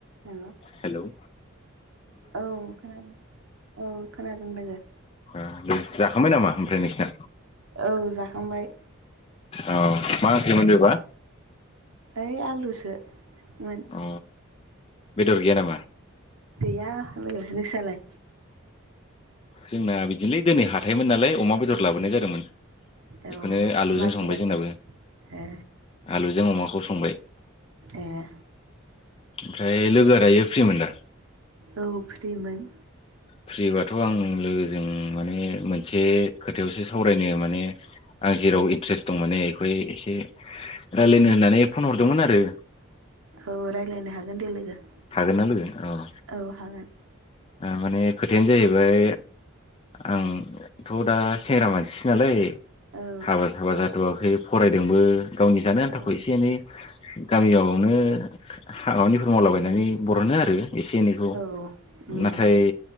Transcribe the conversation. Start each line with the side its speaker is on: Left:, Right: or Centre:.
Right: हेल'
Left: hello
Right: औ खोनादों औ खोनादों लोगो।
Left: ओ दे जाखांबाय नामा ओमफ्राय नोंसिना?
Right: औ जाखांबाय।
Left: औ मा ओंख्रि मोन बेबा?
Right: ओइ आलुसो मोन।
Left: अ बेदर गैया नामा?
Right: गैया लोगो नोंस्रालाय?
Left: जोंना बिदिनोलै दिनै हाथायमोन नालाय अमा बेदर लाबोनाय जादोंमोन।
Right: औ
Left: बेखौनो आलुजों
Right: माजों
Left: संबाय
Right: जाखो
Left: जोंनाबो।
Right: ए
Left: आलुजों अमाखौ संबाय।
Right: ए
Left: ओमफ्राय लोगोआ दायो फ्रिमोन दा?
Right: औ फ्रिमोन।
Left: फ्रिबाथ' आं लोगोजों माने मोनसे खोथायावसो सावरायनो माने आं जेराव इन्ट्रेस्ट दं माने बेखौहाय एसे रायजलायनो होननानै फन हरदोंमोन आरो।
Right: औ रायज्लायनो हागोन दे लोगो।
Left: हागोना लोगो? औ
Right: औ हागोन।
Left: माने खोथायानो जाहैबाय आंथ' दा सेंग्रा मानसि नालाय
Right: औ
Left: हाबा साबा जाथ'वाखै फरायदोंबो गावनि जानो आन्थाखौ
Right: औ
Left: एसे एनै गामियावनो खामानिफोर मावलाबायनानै बर'नो आरो एसे एनैखौ।
Right: औ उम
Left: नाथाय